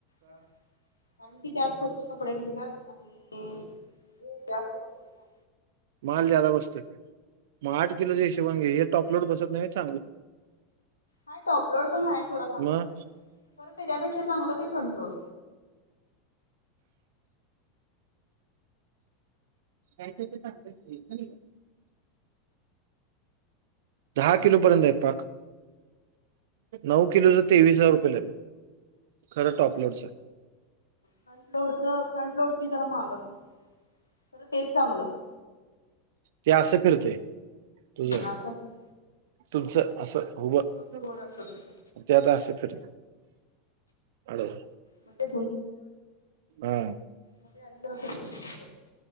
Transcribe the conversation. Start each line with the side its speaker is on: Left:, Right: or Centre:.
Left: का कारण की त्यात स्वच्छ कपडे निघतात आणि हे जास्त बसतय ना
Right: माल ज्यादा बसतोय मग आठ किलोच्या हिशोबान घे हे टॉपलोट बसत नाही चांगलं
Left: हा टॉपलोड पण आहे थोडं चांगलं
Right: मग
Left: खरं त्याच्यापेक्षा चांगलं ते फ्रंट लोड
Right: यायचं तर चांगच नाही दहा किलो पर्यंत आहे पाक नऊ किलोच तेवीस हजार रुपये ला हाय खरं टॉपलोडच.
Left: फ्रंट लोडच फ्रंट लोडची जरा महाग असते, तर तेच चांगलं.
Right: ते असं फिरतय तुझ.
Left: असं असत
Right: तुमचं असं, हवं
Left: आमचं वर असत असं
Right: ते आता असं फिरतय. हॅलो.
Left: मग ते
Right: हा.
Left: म ते अंदर <unintelligible>